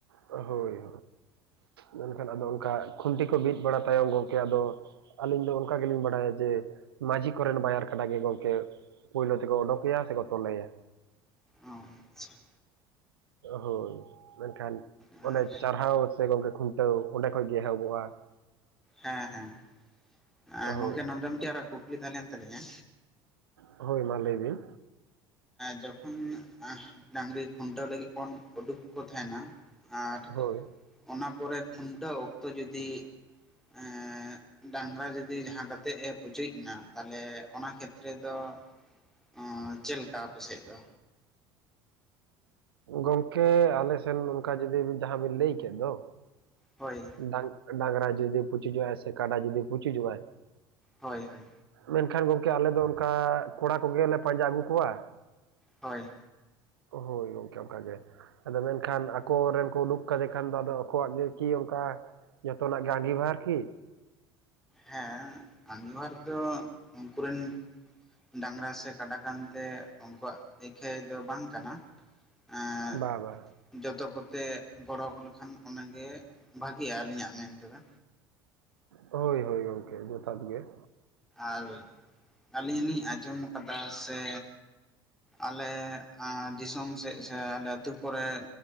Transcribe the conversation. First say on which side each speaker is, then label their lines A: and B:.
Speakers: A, on the right; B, in the centre.
A: ᱦᱳᱭ, ᱦᱳᱭ ᱢᱮᱱᱠᱷᱟᱱ ᱟᱫᱚ ᱚᱱᱠᱟ ᱠᱷᱩᱱᱴᱤ ᱠᱚ ᱵᱤᱫ ᱵᱟᱲᱟ ᱛᱟᱭᱚᱢ ᱜᱚᱝᱠᱮ ᱟᱫᱚ ᱟᱹᱞᱤᱧ ᱫᱚ ᱚᱱᱠᱟ ᱜᱮᱞᱤᱧ ᱵᱟᱲᱟᱭᱟ ᱡᱮ, ᱢᱟᱹᱡᱷᱤ ᱠᱚᱨᱮᱱ ᱵᱟᱭᱟᱨ ᱠᱟᱰᱟ ᱜᱮ ᱜᱚᱝᱠᱮ ᱯᱳᱭᱞᱳ ᱛᱮᱠᱚ ᱚᱰᱚᱠᱮᱭᱟ ᱥᱮ ᱠᱚ ᱛᱚᱞᱮᱭᱟ ᱾
B: ᱚ ᱟᱪᱪᱷᱟ
A: ᱦᱳᱭ ᱢᱮᱱᱠᱷᱟᱱ
B: ᱟᱨ
A: ᱚᱸᱰᱮ ᱪᱟᱨᱦᱟᱣ ᱥᱮ ᱜᱚᱝᱠᱮ ᱠᱷᱩᱱᱴᱟᱹᱣ ᱚᱸᱰᱮ ᱠᱷᱚᱡ ᱜᱮ ᱮᱦᱚᱵᱚᱜᱼᱟ ᱾
B: ᱦᱮᱸ, ᱦᱮᱸ
A: ᱦᱳᱭ
B: ᱜᱚᱝᱠᱮ ᱱᱚᱸᱰᱮ ᱢᱤᱫᱴᱮᱡ ᱠᱩᱠᱞᱤ ᱛᱟᱦᱮᱸ ᱠᱮᱱ ᱛᱟᱞᱤᱧᱟ
A: ᱦᱳᱭ ᱢᱟ ᱞᱟᱹᱭ ᱵᱤᱱ᱾
B: ᱡᱚᱠᱷᱚᱱ ᱰᱟᱝᱨᱤ ᱠᱷᱩᱱᱴᱟᱹᱣ ᱞᱟᱹᱜᱤᱫ ᱵᱚᱱ ᱩᱰᱩᱠ ᱠᱚ ᱛᱟᱦᱮᱱᱟ᱾ ᱟᱨ
A: ᱦᱳᱭ
B: ᱚᱱᱟ ᱯᱚᱨᱮ ᱠᱷᱩᱱᱴᱟᱹᱣ ᱚᱠᱛᱚ ᱡᱩᱫᱤ ᱮᱸᱻ᱾ ᱰᱟᱝᱨᱟ ᱡᱩᱫᱤ ᱡᱟᱦᱟᱸ ᱠᱟᱛᱮᱜ ᱮ ᱯᱩᱪᱩᱡ ᱮᱱᱟ ᱛᱟᱦᱞᱮ ᱚᱱᱟ ᱠᱷᱮᱛᱨᱮ ᱫᱚ᱾ ᱚ ᱪᱮᱫᱞᱮᱠᱟ ᱟᱯᱮ ᱥᱮᱫ ᱫᱚ᱾
A: ᱜᱚᱝᱠᱮ ᱟᱞᱮᱥᱮᱱ ᱚᱱᱠᱟ ᱡᱩᱫᱤ ᱡᱟᱦᱟᱸ ᱵᱤᱱ ᱞᱟᱹᱭ ᱠᱮᱫ ᱫᱚ᱾
B: ᱦᱳᱭ
A: ᱰᱟᱝ ᱰᱟᱝᱨᱟ ᱡᱩᱫᱤ ᱯᱩᱪᱩᱡ ᱡᱚ ᱟᱭ ᱥᱮ ᱠᱟᱰᱟ ᱡᱫᱤ ᱯᱩᱪᱩᱡ ᱡᱚ ᱟᱭ᱾
B: ᱦᱳᱭ ᱦᱳᱭ
A: ᱢᱮᱱᱠᱷᱟᱱ ᱜᱚᱢᱠᱮ ᱟᱞᱮ ᱫᱚ ᱚᱱᱠᱟ ᱠᱚᱲᱟ ᱠᱚᱜᱮᱞᱮ ᱯᱟᱸᱡᱟ ᱟᱹᱜᱩ ᱠᱚᱣᱟ᱾
B: ᱦᱳᱭ
A: ᱦᱳᱭ ᱜᱚᱝᱠᱮ ᱚᱱᱠᱟ ᱜᱮ ᱟᱫᱚ ᱢᱮᱱᱠᱷᱟᱱ ᱟᱠᱳ ᱨᱮᱱ ᱠᱚ ᱩᱰᱩᱠ᱾ ᱠᱟᱫᱮ ᱠᱷᱟᱱ ᱫᱚ ᱟᱫᱚ ᱟᱠᱚᱣᱟᱜ ᱜᱮ ᱠᱤ ᱚᱱᱠᱟ ᱡᱚᱛᱚᱱᱟᱜ ᱜᱮ ᱟᱺᱜᱤᱵᱷᱟᱨ ᱠᱤ?
B: ᱦᱮᱸ ᱟᱺᱜᱤᱵᱷᱟᱨ ᱫᱚ ᱩᱱᱠᱩ ᱨᱮᱱ᱾ ᱰᱟᱝᱨᱟ ᱥᱮ ᱠᱟᱰᱟ ᱠᱟᱱᱛᱮ ᱩᱱᱠᱩᱣᱟᱜ ᱟᱹᱠᱷᱟᱹᱭ ᱫᱚ ᱵᱟᱝ ᱠᱟᱱᱟ᱾ ᱟᱸ
A: ᱵᱟ ᱵᱟ
B: ᱡᱚᱛᱚ ᱠᱚᱛᱮ ᱜᱚᱲᱚ ᱠᱚ ᱞᱮᱠᱷᱟᱱ ᱩᱱᱟᱹᱜ ᱵᱷᱟᱜᱤᱜᱼᱟ ᱟᱹᱞᱤᱧᱟᱜ ᱢᱮᱱ ᱛᱮᱫᱚ᱾
A: ᱦᱳᱭ ᱦᱳᱭ ᱜᱚᱢᱠᱮ ᱡᱚᱛᱷᱟᱛ ᱜᱮ᱾
B: ᱟᱨ ᱟᱹᱞᱤᱧ ᱦᱚᱞᱤᱧ ᱟᱸᱡᱚᱢ ᱠᱟᱫᱟ ᱥᱮ᱾ ᱟᱞᱮ ᱫᱤᱥᱚᱢ ᱥᱮᱫ ᱥᱮ ᱟᱞᱮ ᱟᱹᱛᱩ ᱠᱚᱨᱮ